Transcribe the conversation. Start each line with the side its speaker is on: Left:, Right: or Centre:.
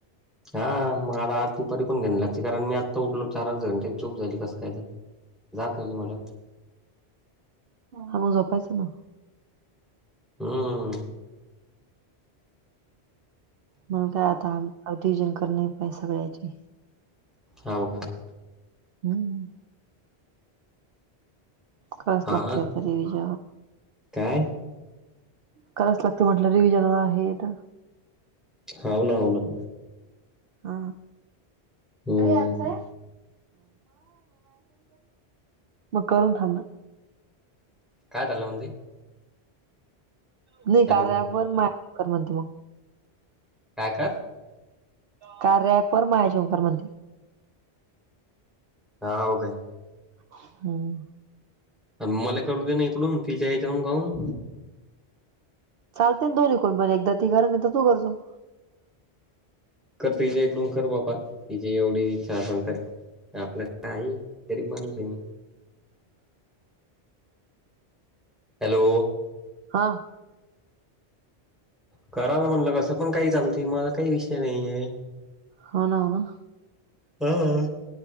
Centre: हा मग आता आज दुपारी पण घ्याणला ची कारण मी आत्ता उठलो चार आट घंटे झोप झाली कस काय त जागं आली मला
Right: हां मग जपायच ना.
Centre: हम्म.
Right: मण काय आता अवती जिन करणे बाय सगळ्यांची.
Centre: हो का?
Right: हम्म. कळस
Centre: हा
Right: लागते तरी विज
Centre: काय?
Right: करायच लागते म्हटलं रिव्हजन आहेत.
Centre: हो ना हो ना.
Right: हा
Centre: हम्म
Right: अे साहेब. मग करून थांब.
Centre: काय झालं ओ दि
Right: नाही कार्यावरर
Centre: हॅलो
Right: माझ म्हणते मग.
Centre: काय का?
Right: का रॅपर मायाशंकर म
Centre: हा हो काय?
Right: हम्म.
Centre: आणि मला करू दे ना इकडून तिच्या याच्याहून काऊून
Right: चालते ना दोननी कोण एकदा ती करा नाही तर तू करचो.
Centre: कर तिच्या इकडून कर बापा तिची एवढी इच्छा असल तर. आपला का आहे गरीब माणूस आहे. हॅलो!
Right: हा.
Centre: करा ना म्हणलं कसं पण काही चालत मला काही विषय नाहीये.
Right: होन ना.
Centre: हा.